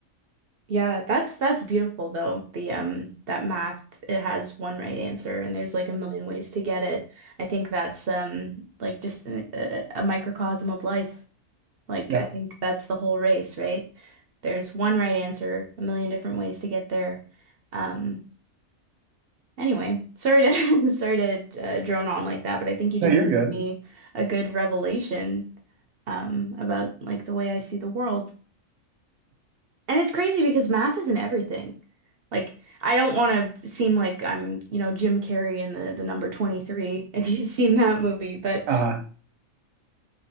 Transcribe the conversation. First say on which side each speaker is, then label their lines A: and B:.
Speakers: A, on the right (about 55°); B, on the right (about 80°).
A: Yeah, that's that's beautiful though. The um that math it has one right answer and there's like a million ways to get it. I think that's um like just an, a, a microcosm of life. Like
B: Yeah,
A: I think that's the whole race, right? There's one right answer, a million different ways to get there. Um anyway, sorry to <laughs> sorry to uh, drone on like that, but I think you just
B: no, you're
A: gave
B: good.
A: me a good revelation um about like the way I see the world. And it's crazy because math isn't everything. Like, I don't want to seem like I'm, you know, Jim Carrey in the the number 23 if you've seen that movie, but
B: Uh,